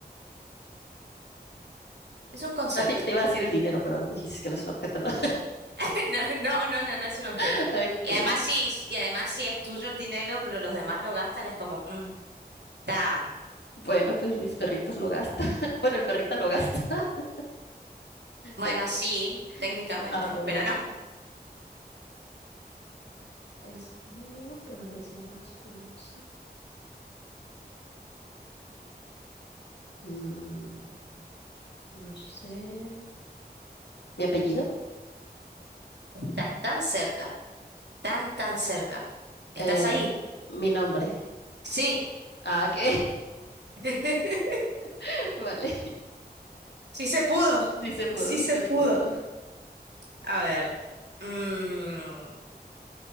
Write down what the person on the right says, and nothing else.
es un concepto.
<laughs> No, no, no, no, no es un objeto.
Y además sí, y además sí es tuyo el dinero, pero los demás lo gastan, es como, mm, está,
bueno,
sí, técnicamente,
pero no,
estás tan cerca, tan, tan cerca. ¿Estás
ahí?
Sí,
<laughs>
sí se pudo,
sí
se
pudo.
A ver. mm,